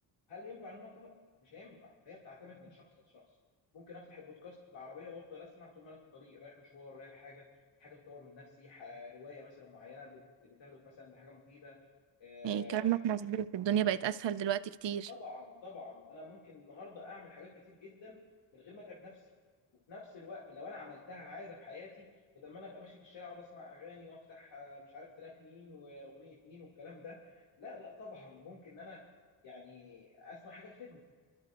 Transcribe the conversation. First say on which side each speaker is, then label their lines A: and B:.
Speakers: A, on the left; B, on the right.
A: هل ينفع ان انا اقرا مش هينفع فهي بتعتمد من شخص لشخص ممكن افتح البودكاست في العربيه وافضل اسمع طول ما انا في الطريق رايح مشوار رايح حاجه حاجه تطور من نفسي ح- روايه مثلا معينه بت- بتهدف مثلا لحاجه مفيده آه،
B: يعني كلامك مظبوط الدنيا بقت اسهل دلوقتي كتير
A: طبعا طبعا انا ممكن النهارده اعمل حاجات كتير جدا من غير ما اتعب نفسي وفي نفس الوقت لو انا عملتها عاده في حياتي بدل ما انا ابقى ماشي في الشارع واقعد اسمع اغاني وافتح آه، مش عارف تراك مين واغنيه مين والكلام ده لا لا طبعا ممكن ان انا يعني اسمع حاجه تفيدني